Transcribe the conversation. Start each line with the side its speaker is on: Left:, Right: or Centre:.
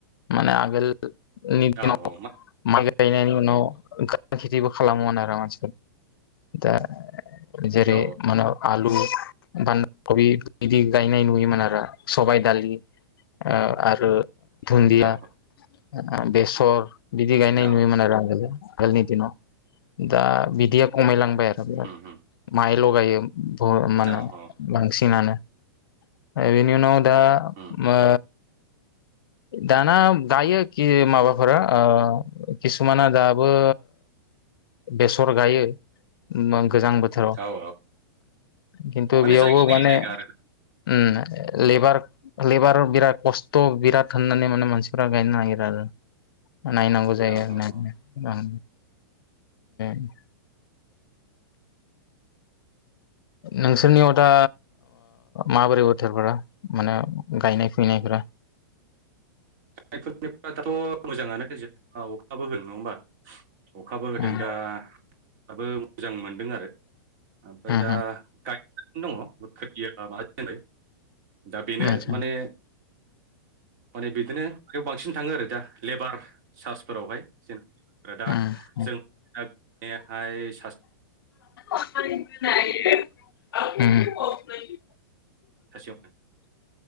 Left: माने आगोल नि दिनाव
Right: औ औ मा
Left: माइ गायनायनि उनाव <inaudible> खेथिबो खालामोमोन आरो मान दा जेरै
Right: औ
Left: मानो आलु बान्दा खबि बिदि गायनाय नुयोमोन
Right: उम
Left: आरो। सबाय दालि ओ आरो दुन्दिया
Right: औ
Left: ओ बेसर बिदि गायनाय
Right: औ
Left: नुयोमोन आरो आगोलो। आगोलनि दिनाव दा बिदिया खमायलांबाय आरो बिराद
Right: उम उम
Left: माइल गायो। ब मानो
Right: औ औ
Left: बांसिनानो। ओ‌ इनि उनाव दा
Right: उम, उम,
Left: मो
Right: उम।
Left: दाना गायोखि माबाफोरा ओ किसुमाना दाबो
Right: <inaudible>
Left: बेसर गायो मां गोजां बोथोराव
Right: औ औ
Left: खिन्थु
Right: माने
Left: बियावबो
Right: जायगा लायै
Left: माने
Right: जायगा आरो
Left: उम लेबार लेबार बिराद कस्थ' बि दाग होननानै माने मानसिफोरा गायनो नागिरो आरो नायनांगौ जायो
Right: औ
Left: आरो
Right: औ
Left: <unintelligible> नोंसोरनियाव दा माबोरै बोथोरफोरा माने गायनाय फुनाय <unintelligible>
Right: जायफोरनिफाथ' मोजाङानो अखाबो होन नङा होमबा अखाबो होदों
Left: उम
Right: दा दाबो मोजां मोनदों आरो ओमफ्राय
Left: उम
Right: दा गायगासिनो दङ खोरथिया <unintelligible> दा
Left: उम
Right: बेनो
Left: आतसा
Right: माने माने बिदिनो माबायाव बांसिन थाङो आरो दा लेबार चार्सफोरावहाय जों दा
Left: उम
Right: जों दहाय चार
Left: <inaudible>
Right: सासेयावनो